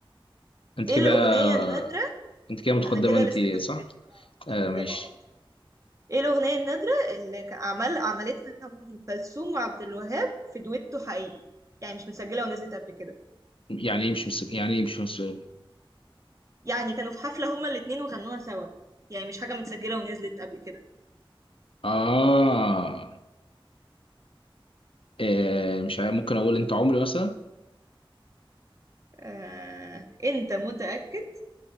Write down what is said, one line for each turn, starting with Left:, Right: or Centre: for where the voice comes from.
Left: انت
Right: ايه
Left: كده
Right: الاغنيه النادره
Left: انت كده متقدمه
Right: انا كده
Left: انت
Right: لسه كسبانه
Left: صح
Right: اه
Left: آه
Right: متقدمه
Left: ماشي
Right: اه ايه الأغنية النادرة اللي ك- عمل عملتها أم كلثوم وعبد الوهاب في دويتو حقيقي يعني مش متسجلة ونزلت قبل كده
Left: يعني ايه مش مسؤول يعني ايه مش مسؤول
Right: يعني كانوا في حفلة هما الاتنين وغنوها سوا يعني مش حاجة متسجلة ونزلت قبل كده
Left: اه آه، مش عارف ممكن اقول انت عمري مثلا
Right: آه... انت متأكد؟